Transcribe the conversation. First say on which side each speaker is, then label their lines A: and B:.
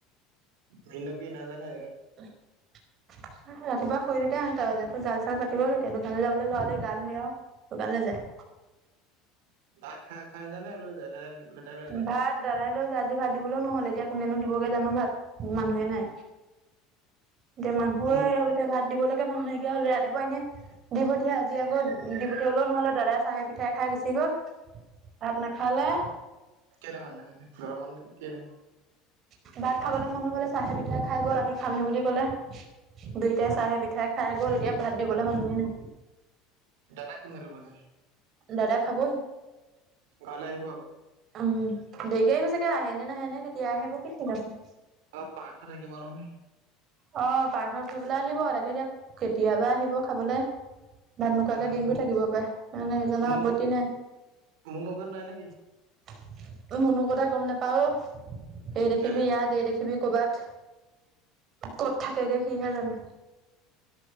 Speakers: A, on the right; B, on the right.
A: নিন্দকে নাজানে আ
B: ৰাতিপুৱা শুই দিতে আহ তাতটো জাল চাল পাতি কেতিয়া দোকান যাবলৈ ললে গা ধুইও দোকানলৈ যায়
A: ভাত খাই খাই জানে লৈ যায় দাদাই লৈ যায়?
B: ভাত দাদাই লছ আজি ভাত দিবলৈও নহ'লে এতিয়া কোনেনো দিবগে জানো ভাত মানুহে নাই এতিয়া মানুহে
A: মোক
B: এতি ভাত দিবলৈগে মানুহ নাইকিয়া হ'লে ৰা দিব এনে দি পঠিয়াই আজি আকৌ দি পঠিয়াই ওলও নহ'লে দাদাই চাহে পিঠাই খাই গুচি গ'ল আাত ন খালে
A: কেনে হয়াননেনে গৰমৰ কিনে
B: হয় ভাত খাবলে মন ন গলে চাহে পিঠাই খাই গ'ল আহি খামহি বুলি কলে দুইটাই চাহে পিঠাই খাই গ'ল এতিয়া ভাত দিবলে মানুহে নাই
A: ডৰাৰাক নৰি পজ
B: দাদা খাব
A: গলে আহিব আকৌ
B: উম দেৰিক আহিব চাগে আহে নে নাহে নে কেতিয়া আহিব কি ঠিক আছে।
A: অ পাৰ্থ থাকিব নহয়
B: অ পাৰ্থত থৈ পেলাই আহিব তাকে দতিয়া কেতিয়াবা আহিব খাবলৈ ভাত নোকোৱাকে
A: আহ
B: দিনবোৰ থাকিব পাৰে মে সিজনৰ
A: মুনু
B: আৱত্তি নাই
A: মুনু ঘৰত নেকি
B: মুনু কথা গম নোপাও এই দেখিবি
A: কেলে
B: ইয়াত এই দেখিবি কৰ'বাত ক'ত থাকেগে সিহে জানে